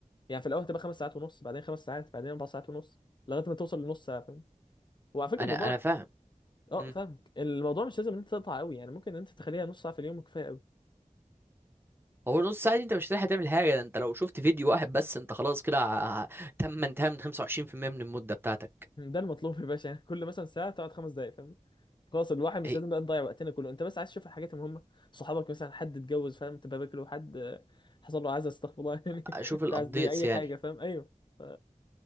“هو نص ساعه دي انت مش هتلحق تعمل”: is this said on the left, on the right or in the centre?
Right